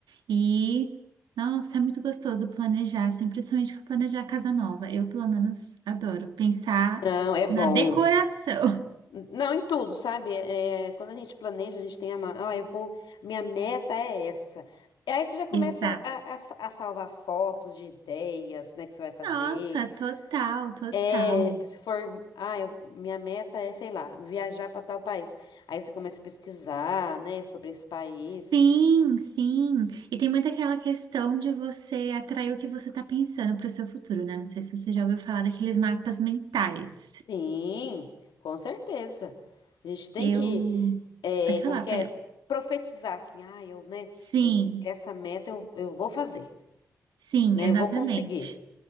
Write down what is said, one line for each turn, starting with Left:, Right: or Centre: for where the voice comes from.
Right: E nossa, é muito gostoso planejar, assim, principalmente planejar casa nova. Eu, pelo menos, adoro pensar
Left: não, é bom.
Right: na decoração.
Left: Não, em tudo, sabe? É, quando a gente planeja, a gente tem a, mão. ah, eu vou, minha meta é essa. E aí você já começa
Right: <laughs> Exato.
Left: a, a sa- a salvar fotos de ideias, né, que você vai fazer.
Right: Nossa, total, total.
Left: É, se for, ah, eu- minha meta é, sei lá, viajar para tal país. Aí você começa a pesquisar, né, sobre esse país.
Right: Sim, sim. E tem muito aquela questão de você atrair o que você está pensando para o seu futuro, né? Não sei se você já ouviu falar daqueles mapas mentais.
Left: Sim, com certeza. A gente tem
Right: Eu.
Left: que, é,
Right: Pode
Left: como
Right: falar,
Left: que
Right: perdão.
Left: é, profetizar, assim, ah, eu, né,
Right: Sim,
Left: eu, essa meta eu, eu vou fazer,
Right: sim,
Left: né,
Right: exatamente.
Left: eu vou conseguir.